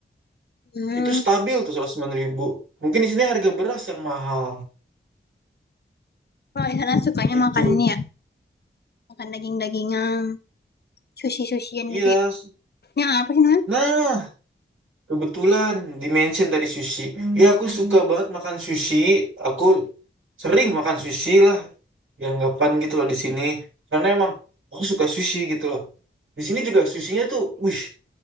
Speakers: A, on the left; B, on the right.
A: Hmm,
B: Itu stabil tuh seratus sembilan ribu. Mungkin di sini harga beras yang mahal
A: kalau di sana sukanya
B: gitu.
A: makan ini ya, makan daging-dagingan. sushi-sushian
B: Iya.
A: gitu ya. Nah, apa sih namanya?
B: Nah, kebetulan dimention tadi sushi. Ya aku suka banget makan sushi. Aku sering makan sushi lah. Dianggapan gitu loh di sini. Karena emang aku suka sushi gitu loh. Di sini juga sushinya tuh, wih.